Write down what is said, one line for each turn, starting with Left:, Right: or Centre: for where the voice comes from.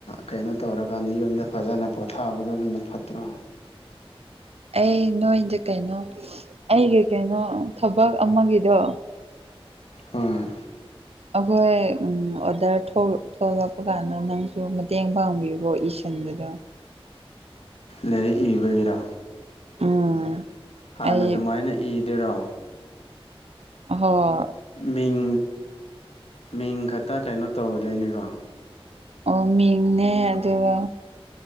Left: ꯀꯩꯅꯣ ꯇꯧꯔꯀꯥꯟꯗ ꯌꯨꯝꯗ ꯐꯖꯅ ꯄꯣꯊꯥꯕꯗꯣ ꯑꯗꯨꯅ ꯐꯠꯇ꯭ꯔꯣ
Right: ꯑꯩ ꯅꯣꯏꯗ ꯀꯩꯅꯣ ꯑꯩꯒꯤ ꯀꯩꯅꯣ ꯊꯕꯛ ꯑꯃꯒꯤꯗꯣ
Left: ꯍꯣꯏ
Right: ꯑꯈꯣꯏ ꯎꯝ ꯑꯣꯗꯔ ꯊꯣꯛ ꯊꯣꯛꯂꯛꯄ ꯀꯥꯟꯗ ꯅꯪꯁꯨ ꯃꯇꯦꯡ ꯄꯥꯡꯕꯤꯌꯨꯀꯣ ꯏꯁ ꯆꯟꯕꯗꯣ
Left: ꯂꯥꯏꯔꯤꯛ ꯏꯕꯒꯤꯔꯥ
Right: ꯎꯝ
Left: ꯍꯥꯟꯅ
Right: ꯑꯩ
Left: ꯑꯗꯨꯃꯥꯏꯅ ꯏꯗꯣꯏꯔꯣ
Right: ꯑꯍꯣꯏ
Left: ꯃꯤꯡ ꯃꯤꯡ ꯈꯠꯇ ꯀꯩꯅꯣ ꯇꯧꯗꯣꯏꯅꯤꯀꯣ
Right: ꯑꯣ ꯃꯤꯡꯅꯦ ꯑꯗꯨꯒ